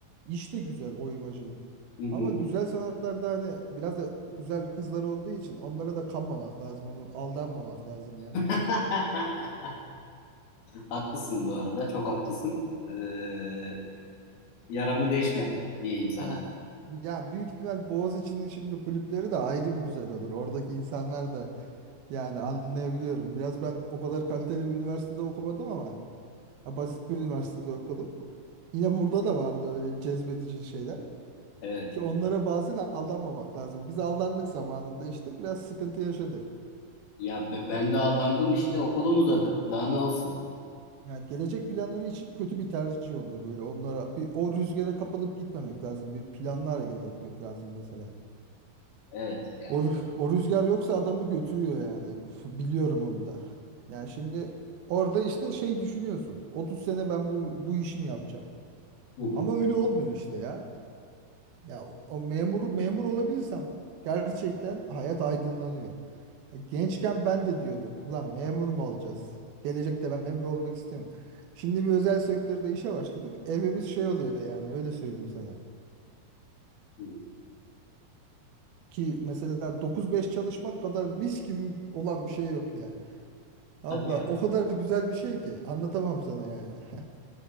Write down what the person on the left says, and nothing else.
hı hı.
<laughs> Haklısın bu arada. Çok haklısın. Ee, yaramı deşme diyeyim sana.
Evet.
Ya be- ben de aldandım işte okulum uzadı. Daha ne olsun?
Evet ya.
Hı hı,
hı.
Hadi ya.